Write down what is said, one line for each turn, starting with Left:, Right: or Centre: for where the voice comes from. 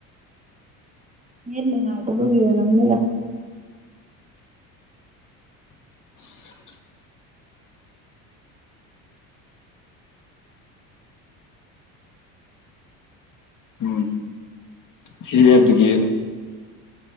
Right: ꯅꯦꯠ ꯅꯨꯉꯥꯏꯇꯕꯒꯤ ꯑꯣꯏꯔꯝꯅꯤꯗ
Left: <inaudible> ꯎꯝ ꯁꯤ ꯑꯦꯕꯗꯒꯤ